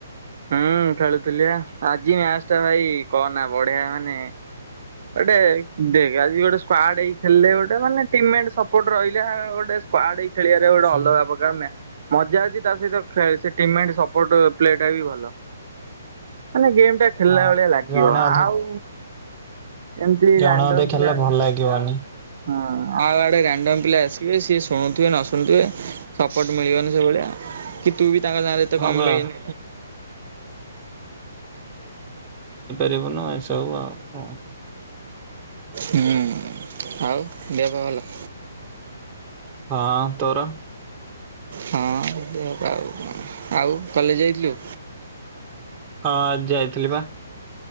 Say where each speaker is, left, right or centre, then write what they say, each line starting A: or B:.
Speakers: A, on the right; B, on the right.
A: ହୁଁ ଖେଳୁଥିଲି ଆ ଆଜି ମ୍ୟାଚ ଟା ଭାଇ କହନା ବଢ଼ିଆ ମାନେ ଗୋଟେ ଦେଖ ଆଜି ଗୋଟେ ସ୍କ୍ୱାର୍ଡ ହେଇଥିଲେ ଗୋଟେ ମାନେ ଟିମ୍ ସପୋର୍ଟ ରହିଲେ ଗୋଟେ ସ୍କ୍ୱାର୍ଡ ଖେଳିବାରେ ଗୋଟେ
B: ହଁ
A: ଅଲଗା ପ୍ରକାରର ମଜା ଅଛି ତା ସହିତ ଖେ ଟିମମେଣ୍ଟ ସପୋର୍ଟ ପ୍ଲେ ଟା ବି ଭଲ ମାନେ ଗେମ୍ ଟା ଖେଳିଲା
B: ଆଜି
A: ଭଳିଆ ଲାଗିବ
B: ଜଣେ ଅଧେ
A: ଆଉ ଏମିତି
B: ଜଣେ
A: ରାଣ୍ଡମ୍
B: ଅଧେ ଖେଳିଲେ
A: ପିଲା
B: ଭଲ ଲାଗିବନି।
A: ହଁ ଆଉ ଇଆଡେ ରାଣ୍ଡମ୍ ପିଲା ଆସିିବେ ସିଏ ସବୁ ଶୁଣୁଥିବେ ନ ଶୁଣୁଥିବେ ସପୋର୍ଟ ମିଳିବନି ସେଭଳିଆ କି ତୁ ବି ତାଙ୍କ ନାଁରେ ତ
B: ହଁ
A: କମ୍ୱାଇନ୍
B: ବା ଦେବ ନୁହ ଏ ସବୁ ଆଉ କଣ
A: ହୁଁ ଆଉ ଦେହପାହ ଭଲ?
B: ହଁ ତୋର?
A: ହଁ ଦେହ ପା ଆଉ କଣ ଆଉ କଲେଜ ଯାଇଥିଲୁ?
B: ହଁ ଆ ଯାଇଥିଲିପା।